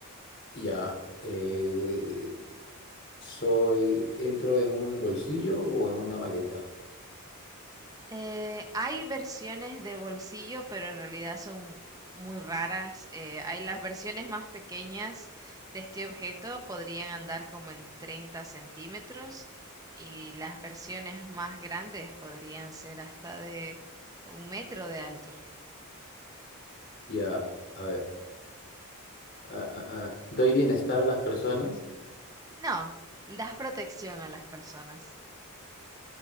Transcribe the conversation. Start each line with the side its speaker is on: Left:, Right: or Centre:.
Left: Ya. Eh, soy, entro en un bolsillo o en una maleta.
Right: Eh, hay versiones de bolsillo, pero en realidad son muy raras. Eh, hay las versiones más pequeñas de este objeto, podrían andar como en 30 centímetros y las versiones más grandes podrían ser hasta de un metro de alto.
Left: Ya. A ver. ah, ah, ah, ¿Doy bienestar a las personas?
Right: No, das protección a las personas.